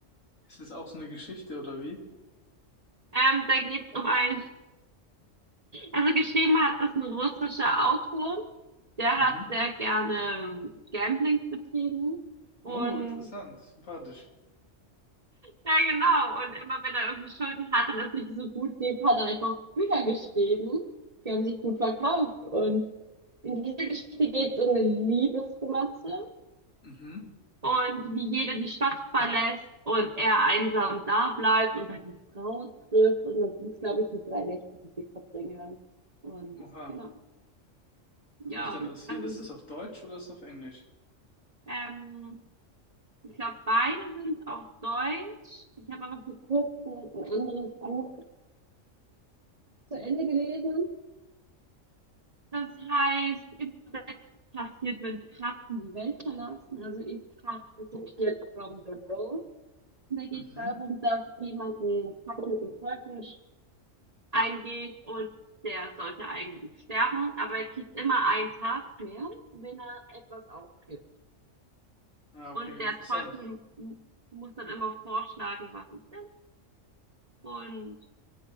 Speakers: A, on the left; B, on the right.
A: Ist es auch so eine Geschichte oder wie?
B: Ähm, da geht es um einen, also geschrieben hat das ein russischer Autor Der
A: Mhm.
B: hat sehr gerne Gamblings betrieben und
A: Oh, interessant. Sympathisch.
B: ja genau, und immer wenn er irgendwie Schulden hatte und es nicht so gut lief, hat er einfach Bücher geschrieben, die haben sich gut verkauft und in dieser Geschichte geht es um eine Liebesromanze
A: Mhm.
B: und wie jeder die Stadt verlässt und er einsam da bleibt und dann die Frau trifft und dann sind es, glaube ich, nur drei Nächte, die sie verbringen. Und
A: Oha.
B: genau,
A: Was
B: ja,
A: mich da interessiert,
B: also
A: ist
B: so,
A: es auf Deutsch oder ist es auf Englisch?
B: ähm, Ich glaube, beide sind auf Deutsch. Ich habe aber vor kurzem ein anderes Buch zu Ende gelesen. Das heißt, übersetzt passiert, wenn Katzen die Welt verlassen. Also if cat disappeared from the world. Und da geht
A: Mhm.
B: es darum, dass jemand einen Pakt mit dem Teufel eingeht und der sollte eigentlich sterben, aber er kriegt immer einen Tag mehr, wenn er etwas aufgibt.
A: Ah, okay,
B: Und
A: interessant.
B: der Teufel muss dann immer vorschlagen, was es ist und